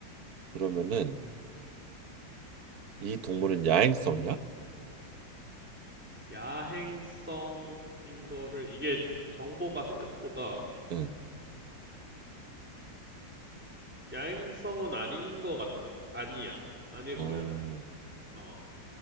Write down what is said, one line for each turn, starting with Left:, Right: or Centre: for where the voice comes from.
Right: 그러면은 이 동물은 야행성이야?
Centre: 야행성인 거를, 이게 정보가 생각보다
Right: 응.
Centre: 야행성은 아닌 거 같, 아니야. 아닐
Right: 어,
Centre: 거야. 어.